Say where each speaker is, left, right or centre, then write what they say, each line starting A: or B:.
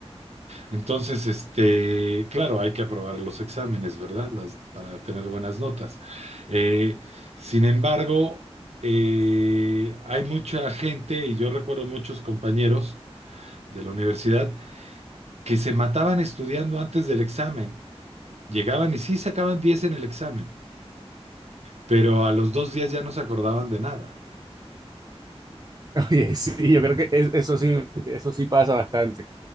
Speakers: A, on the right; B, on the right.
A: Entonces, este, claro, hay que aprobar los exámenes, ¿verdad? Las, para tener buenas notas. Eh, sin embargo, eh, hay mucha gente, y yo recuerdo muchos compañeros de la universidad, que se mataban estudiando antes del examen. Llegaban y sí sacaban 10 en el examen, pero a los dos días ya no se acordaban de nada.
B: Oye, <laughs> sí, yo creo que es- eso sí, eso sí pasa bastante. O